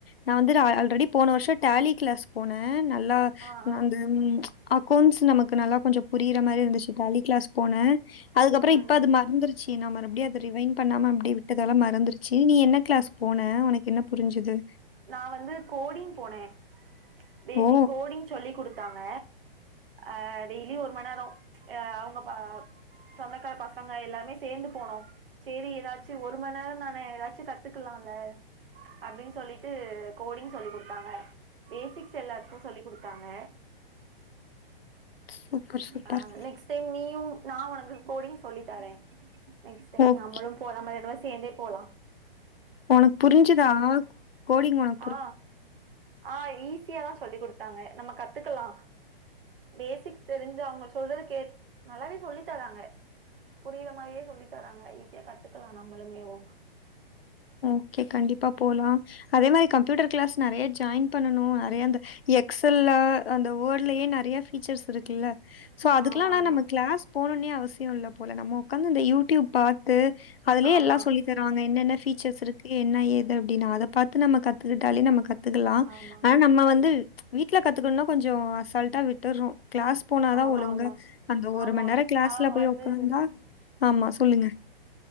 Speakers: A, on the left; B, on the right.
A: நா வந்து ஆல்ரெடி போன வருஷம் டாலி கிளாஸ் போனேன் நல்லா
B: ஆ ஆ
A: அந்த அக்கௌண்ட்ஸ் நமக்கு நல்லா கொஞ்சம் புரியற மாரி இருந்துச்சு டாலி கிளாஸ் போன அதுக்கப்பறம்
B: ம்
A: இப்ப அது
B: ம்
A: மறந்துச்சு சி நா மறுபடியும் அத ரிவைன் பண்ணாம அப்டி விட்டதால மறந்துருச்சு நீ என்ன கிளாஸ் போன உனக்கு என்ன புரிஞ்சிது
B: நா வந்து கோடிங் போனே பேசிக்
A: ஓ!
B: கோடிங் சொல்லி குடுத்தாங்க அ டெய்லி ஒரு மண்நேரம் அவங்க ப சொந்தக்கார பசங்க எல்லாமே சேந்து போனோம் சேரி ஏதாச்சும் ஒரு மண்நேரம் தான ஏதாச்சும் கத்துக்கலால அப்டின்னு சொல்லி ட்டு கோடிங் சொல்லி குடுத்தாங்க பேசிக்ஸ் எல்லாருக்கும் சொல்லி குடுத்தாங்க
A: சூப்பர், சூப்பர்.
B: ஆ நெக்ஸ்ட் நெக்ஸ்ட் டைம் நீயும் நா உனக்கு கோடிங் சொல்லித்தரேன் நெக்ஸ்ட் டைம்
A: ஓகே.
B: நம்மளும் போலாமேரி இருந்தா சேர்ந்தே போலாம்
A: உனக்கு புரிஞ்சுதா கோடிங் உனக்
B: ஆ ஆ ஈஸியாதா சொல்லி் குடுத்தாங்க நம்ம கத்துக்கலா பேசிக்ஸ் தெரிஞ்சு அவுங்கள் சொல்றதக் கேட் நல்லாவே சொல்லித் தராங்கே புரியிற மாரியே சொல்லித் தராங்க ஈஸியாக் கத்துக்கலா நம்மளுமே ஓ
A: ஓகே கண்டிப்பா போலா அதே மாரி கம்ப்யூட்டர் கிளாஸ் நெறைய ஜாயின் பண்ணனு நெறைய அந்த எக்ஸல்ல அந்த வேர்ட்லயே நெறைய ஃபிச்சர்ஸ் இருக்குல்ல சோ அதுக்லானா
B: ஆமா ஆமா
A: நம்ம கிளாஸ் போணுன்னே அவசியோ இல்லப் போல நம்ம உக்காந்து இந்த யூடியூப் பாத்து அதுலியே
B: ஆமா
A: எல்லா சொல்லித் தருவாங்க என்னென்ன ஃபீச்சர்ஸ் இருக்கு என்ன ஏது அப்டினு அதப் பாத்து நம்ம கத்துகிட்டாலே நம்ம கத் கத்துக்கலாம்
B: ஆமா
A: ஆனா நம்ம வந்து வீட்ல கத்துக்கணும்னா கொஞ்சம் அசால்ட்டா விட்டுறோம் கிளாஸ் போனாதான்
B: ஆமா
A: ஒழுங்கா
B: ஆமா
A: அந்த ஒரு
B: ஆமா
A: மண்நேரம்
B: அவங்க
A: போய்
B: வந்து
A: உட்காந்தா ஆமா சொல்லுங்க